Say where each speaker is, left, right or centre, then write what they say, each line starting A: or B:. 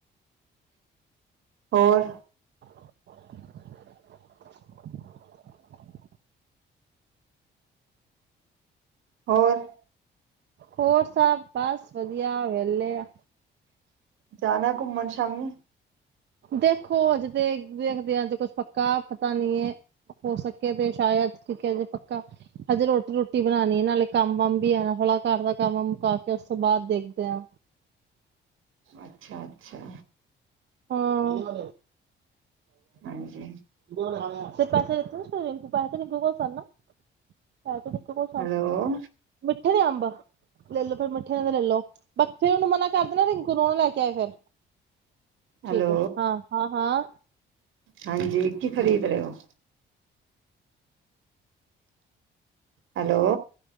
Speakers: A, on the right; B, on the right.
A: ਹੋਰ
B: ਬਲੈਂਕ
A: ਹੋਰ
B: ਹੋਰ ਸਭ ਬਸ ਵਧੀਆ ਵੈ। <unintelligible> ਐ
A: ਜਾਣਾ ਘੁੰਮਣ ਸ਼ਾਮੀ।
B: ਦੇਖੋ ਹਜੇ ਤੇ ਵੇਖਦੇਆਂ ਹੱਜੇ ਕੁਛ ਪੱਕਾ ਪਤਾ ਨਹੀਂ ਹੈ। ਹੋ ਸਕੇ ਤੇੇ ਸ਼ਾਇਦ। ਕਿਉਂਕਿ ਹਜੇ ਪੱਕਾ ਹਜੇ ਰੋਟੀ ਰੂਟੀ ਬਣਾਉਣੀ ਹੈ ਨਾਲੇ ਕੰਮ ਵਮ ਵੀ ਆ ਨਾ ਥੋੜਾ ਘਰ ਦਾ ਕੰਮ ਉਮ ਮੁਕਾ ਕੇ ਉਸ ਤੋਂ ਬਾਅਦ ਦੇਖਦੇ ਆਂ।
A: ਅੱਛਾ ਅੱਛਾ
B: ਹਾਂ <unintelligible>
A: ਹਾਂਜੀ
B: ਹਾਂ ਫਿਰ ਪੈਸੇ ਦਿੱਤੇ <unintelligible> ਗੂਗਲ ਸਰਨਾ <unintelligible> ਗਏ ਸਨ
A: ਹੈਲੋ
B: ਕਿਹੜੇ ਅੰਬ ਲੈ ਲੋ ਫਿਰ ਮੇਰੇ ਠੋਂ ਲਏ ਲੇ ਬੱਚੇਆਂ ਨੂੰ ਮਨਾ ਕਰਦੇ ਨਾ ਕਹੀਂ ਖਿਲਾਉਣਾ ਲੈ ਕੇ ਆਏ ਫਿਰ। ਠੀਕ
A: ਹੈਲੋ
B: ਹੈ ਹਾਂ ਹਾਂ ਹਾਂ
A: ਹਾਂਜੀ ਕੀ ਖ਼ਰੀਦ ਰਹੇ ਹੋ। ਹੈਲੋ